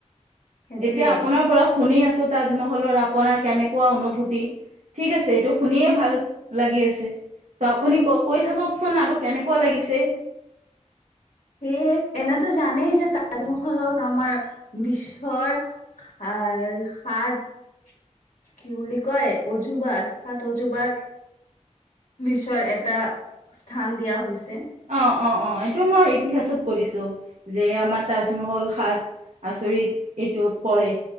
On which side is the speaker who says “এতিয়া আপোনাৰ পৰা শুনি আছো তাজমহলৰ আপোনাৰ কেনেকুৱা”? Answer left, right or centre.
Right